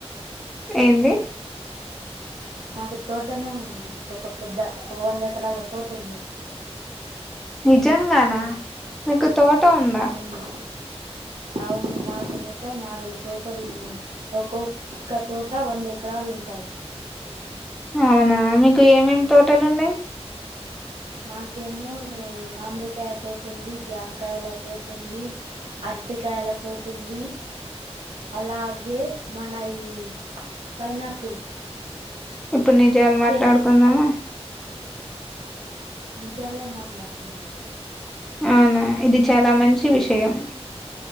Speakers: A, in the centre; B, on the right.
A: ఏంది
B: మాకు తోటనే ఉంది ఒక పెద్ద వంద ఎకరాల తోట ఉంది
A: నిజంగానా మీకు తోట ఉందా
B: అవును అవును మాకు మొత్తం నాలుగు తోటల్లు ఉన్నాయి ఒక్కొక్క తోట వంద ఎకరాలు ఉంటాయి
A: అవునా మీకు ఏమేమి తోటలు ఉన్నాయి
B: మాకేమో మామిడిక్యాయ్ తోటుంది జామకాయల తోటుంది అరటికాయల తోటుంది అలాగే మన ఈ పైనాపిల్
A: ఇప్పుడు నిజాలు మాట్లాడుకుందామా
B: సేప్స్ నిజాలే మాట్లాడుతున్నా
A: అవునా ఇది చాలా మంచి విషయం